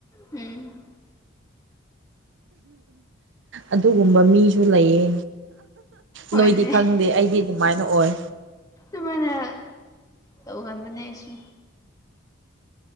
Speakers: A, on the left; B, on the right.
A: ꯎꯝ
B: ꯑꯗꯨꯒꯨꯝꯕ ꯃꯤꯁꯨ ꯂꯩꯌꯦ
A: ꯍꯣꯏꯅꯦ
B: ꯅꯣꯏꯗꯤ ꯈꯪꯗꯦ ꯑꯩꯗꯤ ꯑꯗꯨꯃꯥꯏꯅ ꯑꯣꯏ
A: ꯇꯨꯃꯥꯏꯅ ꯇꯧꯒꯝꯕꯅꯦ ꯑꯩꯁꯨ